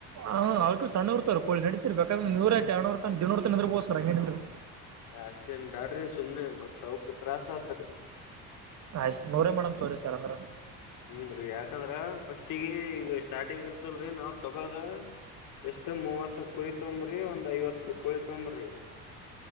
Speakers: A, on the right; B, on the left.
A: ಹ ಅವ್ಕು ಸಣ್ಣ ಇರ್ತ ಕೋಳಿ ನಡಿತಿರ್ಬೇಕ ನೂರಕ ಎಡುನೂರ ತನ ದಿನೂರ ತನ ನಿಂದ್ರಬೋದ ಸರ್ ಹಂಗೇನ ಇಲ್ರಿ.
B: ಅಷ್ಟ ಏನ್ ಬ್ಯಾಡ್ರಿ ಸುಮ್ನೆ ಮತ್ತ ಅವಕ್ ತ್ರಾಸ ಆದ್ರಿ.
A: ಆಯ್ತ ನೂರ ಮಡಮ್ ತೋರಿ ಸರ್ ಅಂದ್ರ.
B: ಹ್ಮ ರೀ ಯಾಕಂದ್ರ ಫಸ್ಟಗ ಈಗ ಸ್ಟಾರ್ಟಿಂಗ್ ಇರ್ತಲ್ರರಿ ನಾವ ತಗೋದ. ಎಷ್ಟ ಮೂವತ್ತ ಕುರಿ ತೊಂಬ್ರಿ ಒಂದ್ ಐವತ್ತ ಕುಳ ತೊಂಬ್ರಿ.